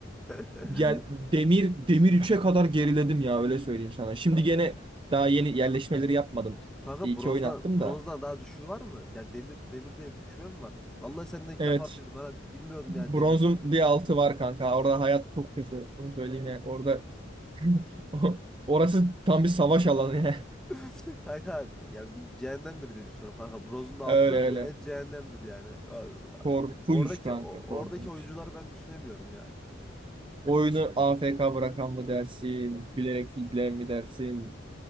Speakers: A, in the centre; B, on the right.
A: <laughs>
B: Yani demir demir üç'e kadar geriledim ya öyle söyleyeyim sana. Şimdi gene daha yeni yerleşmeleri yapmadım.
A: Diyorsun. Kanka
B: Bir iki
A: bronzdan
B: oyun attım
A: bronzdan
B: da.
A: daha düşüğü var mı? Yani demir demir diye bir küme mi var? Vallahi senden ilk
B: Evet.
A: defa duydum. Ben abi bilmiyordum
B: Bronzun
A: yani demir.
B: bir altı var kanka. Orada hayat çok kötü. Onu söyleyeyim yani. Orada <laughs> orası tam bir savaş alanı ya.
A: <laughs> Kanka yani cehennemdir diye düşünüyorum kanka. Brozun da
B: <laughs> Öyle
A: altı
B: öyle.
A: e, cehennemdir yani. Ya,
B: Korkunç
A: Oradaki
B: kanka
A: o-
B: korkunç.
A: oradaki oyuncuları ben düşünemiyorum ya.
B: Oyunu AFK bırakan mı dersin? Bilerek fidleyen mi dersin?